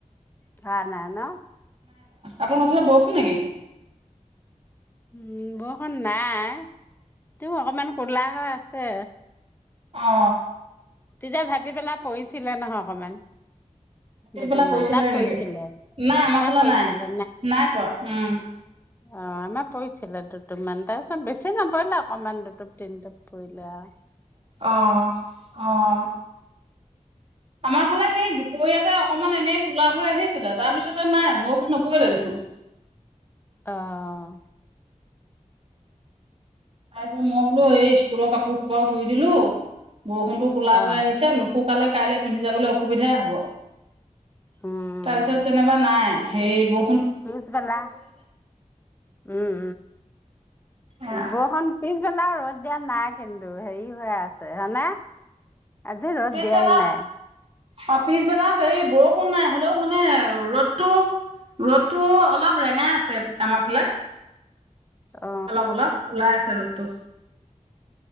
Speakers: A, on the left (about 15°); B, on the right (about 50°).
A: কাক নাই ন
B: আপোনা লোকফালে বৰষুণ নেকি
A: উম, বৰষুণ নাই তেওঁ অকমান ক'লা হয় আছে
B: অ
A: যেন ভাৱি পেলাই পৰিছিলে নহয় অকমান দুটুপমান
B: সেইফালে পৰিছিলেহি
A: তাত পৰিছিলে
B: নেকি? নাই আমাৰ
A: তাত
B: ফালে
A: পৰিছিলে
B: নাই, নাই পআ। উম
A: অ আমাৰ পৰিছিলে দুটুপ মান তাৰপিছত বেছি নপৰিলে অকমান দুটুপ তিনিটুপ পৰিলে আউ
B: অঅ, অঅ আমাৰ সিফালে সেই দুপৰীয়াতে অকনমান এনেই কুলা হৈ আহিছিলে তাৰপিছতে নাই বৰষুণ নপৰিলে দেখোন
A: অঅঅ
B: তাৰ পিছত মই বোলো এই স্কুলৰ কাপোৰ সোপাও ধুই দিলো বৰষুণতো কোলা
A: অ
B: হৈ আহিছে নুশুকালে কাইলৈ পিন্ধি যাবলৈ অসুবিধাই হ'ব
A: উম
B: তাৰপিছত যেনেবা নাই সেই বো
A: পিছবেলা উম
B: এ
A: উম বখন পি পিছ পেলা ৰ'দ দিয়া নাই কিন্তু হেৰি হৈ আছে হয়নে? আজি ৰদ
B: পিছবেলা
A: দিয়াই নাই
B: অ পিছবেলা হেৰি বৰষুণ নাই, হ'লেও মানে ৰ'দটো ৰ'দটো অলপ ৰেঙা আমাৰফালে
A: অ
B: অলপ অলপ, ওলাই আছে ৰ'দটো